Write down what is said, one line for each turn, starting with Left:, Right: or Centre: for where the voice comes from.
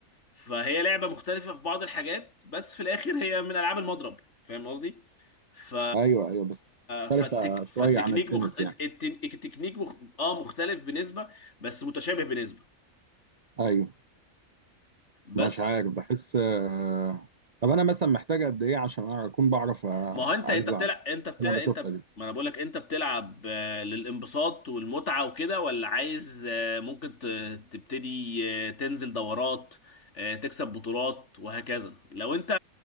Left: فهي لعبه مختلفه في بعض الحاجات بس في الاخر هي من العاب المضرب فاهم قصدي ف
Right: ايوه ايوه بس
Left: فالتك...
Right: مختلفة شوية
Left: فالتكنيك
Right: عن التنس
Left: مخ... الت-
Right: يعني
Left: التكنيك مخ... اه مختلف بنسبه بس متشابه بنسبه
Right: ايوه
Left: بس
Right: مش عارف بحس آه... طب أنا مثلا محتاج قد إيه عشان أكون بعرف آه،
Left: ما هو انت
Right: أجزع
Left: انت بتلعب انت بتلعب
Right: اللي أنا
Left: انت
Right: بشوفها دي
Left: ما انا بقول لك انت بتلعب آه، للانبساط والمتعة وكده ولا عايز آه، ممكن ت- تبتدي آه، تنزل دورات آه، تكسب بطولات وهكذا لو انت